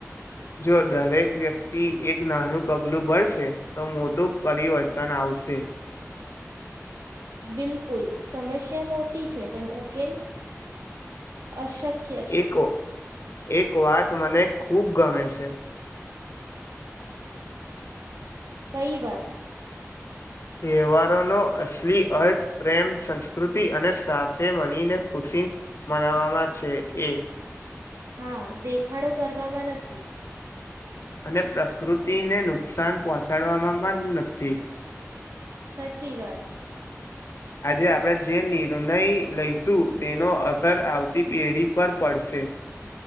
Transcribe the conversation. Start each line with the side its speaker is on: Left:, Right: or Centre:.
Left: જો દરેક વ્યક્તિ એક નાનું પગલું ભરશે તો મોટું પરિવર્તન આવશે.
Right: બિલકુલ સમસ્યા મોટી છે પણ ઉકેલ અશ ક્ય છે.
Left: એક એક વાત મને ખૂબ ગમે છે.
Right: કઈ વાત
Left: તહેવારોનો અસલી અર્થ પ્રેમ સંસ્કૃતિ અને સાથે મળીને ખુશી મનાવામાં છે એ
Right: હા દેખાડો કરવામાં નથી.
Left: અને પ્રકૃતિને નુકસાન પહોંચાડવામાં પણ નથી.
Right: સાચી વાત
Left: આજે આપણે જે નિર્ણય લઈશું તેનો અસર આવતી પેઢી પર પડશે.